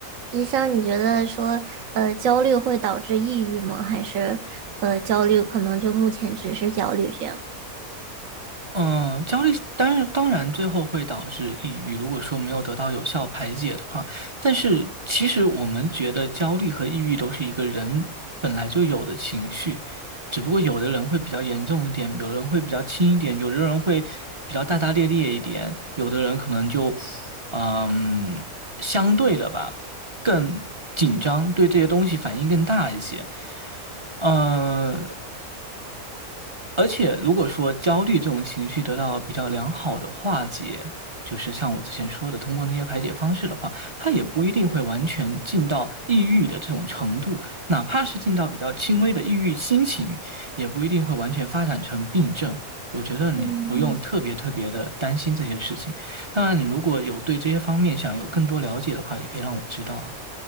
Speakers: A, on the right; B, on the right.
A: 医生，你觉得说，呃，焦虑会导致抑郁吗？还是，呃，焦虑可能就目前只是焦虑这样？
B: 嗯，焦虑当然当然最后会导致抑郁，如果说没有得到有效排解的话，但是其实我们觉得焦虑和抑郁都是一个人本来就有的情绪，只不过有的人会比较严重一点，有的人会比较轻一点，有的人会比较大大咧咧一点，有的人可能就嗯相对的吧更紧张，对这些东西反应更大一些。嗯。而且，如果说焦虑这种情绪得到比较良好的化解，就是像我之前说的，通过那些排解方式的话，它也不一定会完全进到抑郁的这种程度，哪怕是进到比较轻微的抑郁心情，也不一定会完全发展成病症。我觉得你不用特别特别的担心这些事情。
A: 嗯，
B: 当然，你如果有对这些方面想有更多了解的话，也可以让我知道啊。